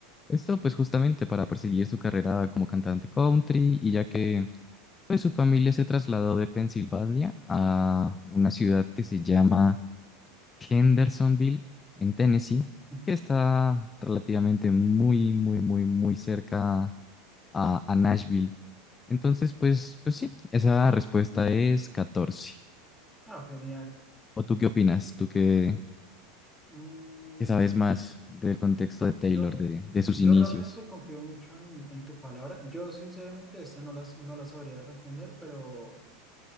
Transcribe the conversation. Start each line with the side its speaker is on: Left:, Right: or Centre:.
Left: Esto pues justamente para perseguir su carrera como cantante country y ya que pues su familia se trasladó de Pensilvania a una ciudad que se llama Hendersonville, en Tennessee,
Centre: Ujú.
Left: que está relativamente muy, muy, muy, muy cerca a, a Nashville. Entonces, pues, pues sí, esa respuesta es 14.
Centre: Ah, genial.
Left: ¿O tú qué opinas? ¿Tú qué,
Centre: Mm,
Left: que sabes más del contexto de Taylor,
Centre: yo,
Left: de, de sus
Centre: yo
Left: inicios.
Centre: realmente confío mucho en, en tu palabra. Yo sinceramente esta no las, no la sabría responder, pero,